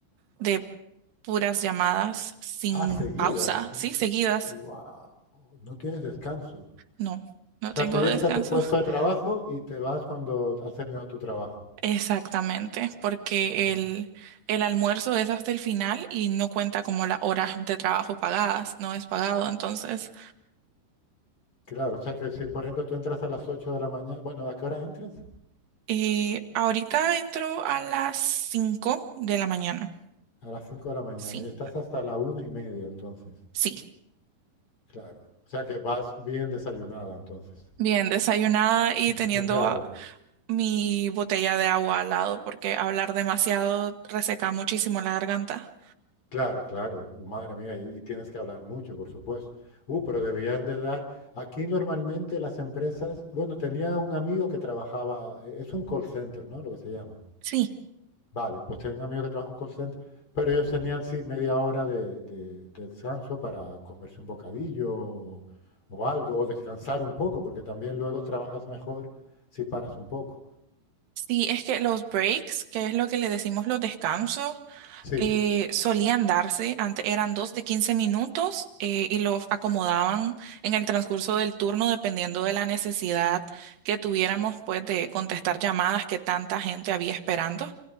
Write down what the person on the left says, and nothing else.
Ah, seguidas.
Wow, no tienes descanso.
O sea,
tú llegas
a tu puesto
de trabajo y te vas cuando has terminado tu trabajo.
Oh,
claro, o sea que si, por ejemplo, tú entras a las 8 de la mañana, bueno, ¿a qué hora entras?
A las 5 de la mañana
y estás hasta la una y media entonces.
Claro. O sea que vas bien desayunada entonces.
<laughs>
Claro.
Claro, claro, madre mía, y, y tienes que hablar mucho, por supuesto. Uh, pero deberían de dar. Aquí normalmente las empresas, bueno, tenía un amigo que trabajaba, eh, es un call center, ¿no? Lo que se llama.
Vale, pues tenía un amigo que trabaja en un call center, pero ellos tenían, sí, media hora de, de- de descanso para comerse un bocadillo o, o algo, o descansar un poco, porque también luego trabajas mejor si paras un poco.
Sí,